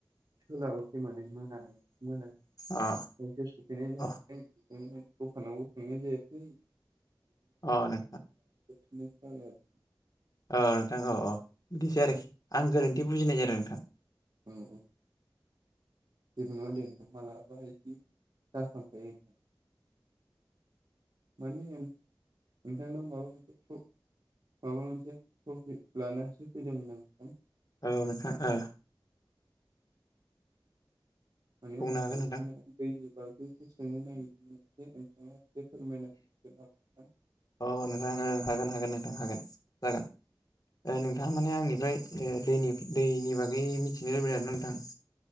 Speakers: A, on the right (about 55°); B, on the left (about 50°).
A: सोलाबसै माने मोनानो मोनै
B: अ
A: <unintelligible> सफैनाय जादों
B: अ
A: बिनिखायनो दखानावबो थांनाय जायाखै
B: अ नोंथां
A: <unintelligible>
B: औ नोंथां औ औ बिदिसो आरोखि आं गोरोन्थि बुजिनाय जादों नोंथां
A: औ औ जेबो नङा दे नोंथां मालाबा बिदि जाफ्रांखायो <unintelligible> नोंथांनाव <unintelligible> माबा मोनसे टपिक लानसो फैदोंमोन आं नोंथां
B: औ नोंथां ओ
A: माने
B: बुंनो
A: आं
B: हागोन
A: नोंथां दैनि बागैसो सोंनो नागिर नोंथाङा एसे फोरमायना होनो हागोनना
B: अ नोंथां ओ हागोन हागोन नोंथां हागोन जागोन ओ नोंथाङा माने आंनिफ्राय दैनि दैनि बागै मिथिनो लुबैदों आरोना नोंथां